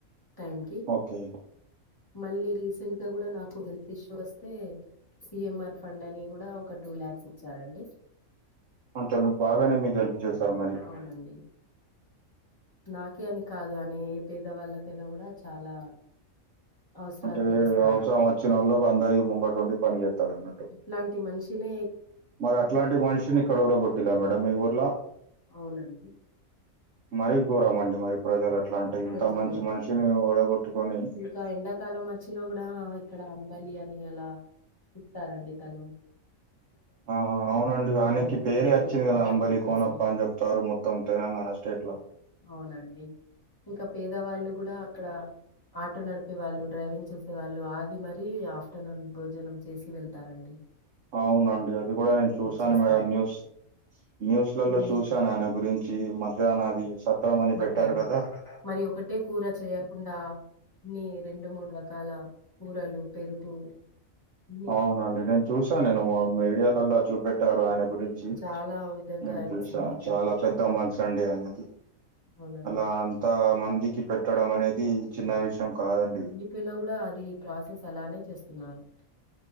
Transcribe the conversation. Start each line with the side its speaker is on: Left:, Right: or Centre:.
Left: టైం కి
Right: ఓకే.
Left: మళ్ళీ రీసెంట్ గా కూడా నాకు హెల్త్ ఇష్యూ వస్తే సిఎంఆర్ ఫండ్ అని కూడా ఒక టూ ల్యాక్స్ ఇచ్చారండి
Right: అంట బాగానే మీకు హెల్ప్ చేస్తారు మరి.
Left: అవునండి. నాకే అని కాదు అని ఏ పేదవాళ్ళకైనా కూడా చాలా. అవసరాలు
Right: అంటే
Left: తీరుస్తా.
Right: అవసరం వచ్చినోళ్ళకి అందరికి ముంగటుండి పని చేస్తాడన్నట్టు.
Left: ఇలాంటి మనిషి నే.
Right: మరి అట్లాంటి మనిషిని కడవడ కొట్టిలా మేడమ్ ఇవర్లా.
Left: అవునండి.
Right: మరీ కోరమండి మరి ప్రజలు ఎట్లా అంటే ఇంత
Left: ప్రజలు
Right: మంచి మనిషిని ఒడగొట్టుకొని.
Left: క ఎండాకాలం అచ్చినా గూడా ఇక్కడ అంబలి అని అలా ఇస్తారండి కాని
Right: ఆహా అవునండి వనిక్కి
Left: వాళ్ళకి
Right: పేరే
Left: భోజనం
Right: అచ్చింది గదా
Left: కూడా
Right: అంబలి
Left: చేస్తారు
Right: కోనప్ప అన్ జేప్తారు మొ త్తం తెనంగాణ స్టేట్ లో
Left: అవునండి ఇంకా పేదవాళ్ళు గూడా అక్కడ ఆటో నడిపే వాళ్ళు డ్రైవింగ్ చేసేవాళ్ళు ఆగి మరీ ఆఫ్టర్నూన్ భోజనం చేసి వెళ్త తారండి
Right: అవునండి అది గూడా నేను చూసాను
Left: చేస్తారు
Right: మేడం న్యూస్ న్యూస్ లలో
Left: మళ్ళీ
Right: చూశాను ఆయన గురించి చి మధ్యాహ్నాది సత్రం అని
Left: మధ్యాహ్నం
Right: పెట్టారు కదా
Left: మరి ఒకటి ట్టే కూర చేయకుండా నీ రెండు మూడు రకాల కూరలు పెరుగు అన్ని
Right: అవునండి నేను చూశ నేను మీడియా లల్ల చూ పెట్టారు
Left: అవునండి.
Right: ఆయన గురించి
Left: చాలా విధంగా
Right: నేను
Left: ఆయన
Right: చూశా
Left: సహాయపడ్డారు.
Right: చాలా పెద్ద మచ్చ అండి అయినది
Left: అవునండి.
Right: అలా అంతా మందికి పెట్టడం అనేది చిన్న విషయం కాదండి.
Left: పోయినా గూడా అది ప్రాసెస్ అలానే చేస్తున్నారు.